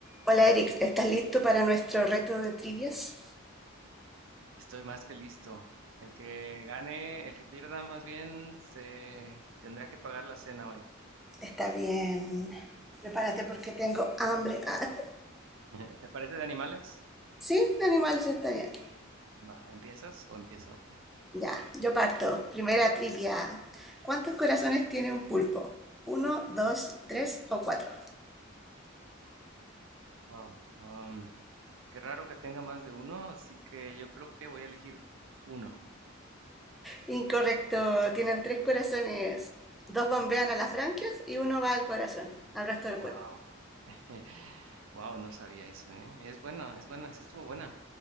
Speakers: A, in the centre; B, on the right (about 70°).
A: Hola Eric, ¿estás listo para nuestro reto de trivias?
B: Estoy más que listo. El que gane, el que pierda más bien, se tendrá que pagar la cena hoy.
A: Está bien. Prepárate porque tengo hambre. Ah,
B: <laughs> ¿Te parece de animales?
A: sí, de animales está bien.
B: Va, ¿empiezas o empiezo?
A: Ya, yo parto. Primera trivia. ¿Cuántos corazones tiene un pulpo? ¿Uno, dos, tres o cuatro?
B: Wow. um, qué raro que tenga más de uno, así que yo creo que voy a elegir uno.
A: Incorrecto, tienen tres corazones. Dos bombean a las branquias y uno va al corazón, al resto del
B: Wow.
A: cuerpo.
B: <laughs> Wow, no sabía eso, ¿eh? Es bueno, es buena, esa estuvo buena.